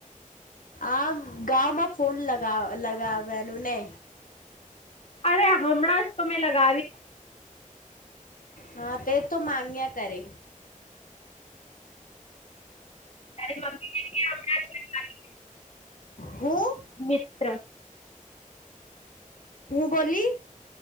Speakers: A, on the left; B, on the left.
A: આમ ગામાં ફોન લગ લગાવવાનું ને
B: અરે હમણાં જ તો મેં લગાવી
A: હા તે તો માંગ્યા કરે
B: તારી મમ્મીને કે હમણાં જ લગાવી
A: હું
B: મિત્ર.
A: હું બોલી.